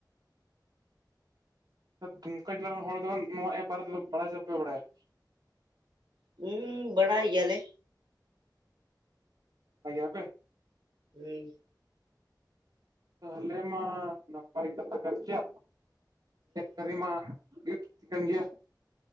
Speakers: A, on the right (about 65°); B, on the right (about 85°).
A: ᱫᱩᱢᱠᱟ ᱡᱮᱞᱟ ᱨᱮᱱ ᱦᱚᱲ ᱫᱚ ᱱᱚᱣᱟ ᱮᱯ ᱵᱟᱨᱮ ᱛᱮᱫᱚ ᱵᱟᱲᱟᱭ ᱟᱯᱮ ᱥᱮ ᱵᱟᱯᱮ ᱵᱟᱲᱟᱭᱟ?
B: ᱦᱩᱸ ᱵᱟᱲᱟᱭ ᱜᱮᱭᱟ ᱞᱮ᱾
A: ᱵᱟᱲᱟᱭ ᱜᱮᱭᱟ ᱯᱮ,
B: ᱦᱩᱸ,
A: ᱛᱟᱞᱦᱮ ᱢᱟ ᱱᱟᱯᱟᱭ ᱠᱟᱛᱷᱟ ᱠᱟᱱ ᱜᱮᱭᱟ <unintelligible> <unintelligible> ᱜᱮᱭᱟ,